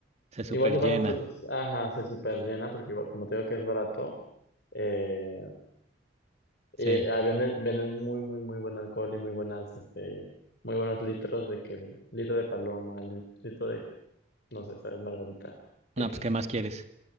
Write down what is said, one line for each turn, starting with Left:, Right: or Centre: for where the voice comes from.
Right: se super
Left: igual se
Right: llena.
Left: pasa, su- ajá, se super llena, porque igual, como te digo que es barato. Eh,
Right: Sí.
Left: Eh, ah, venden, venden muy, muy, muy buen alcohol y muy buenas, este, muy buenos litros de que, litro de paloma, li- litro de, no sé, sabes, Margarita X.
Right: No, pues, ¿qué más quieres?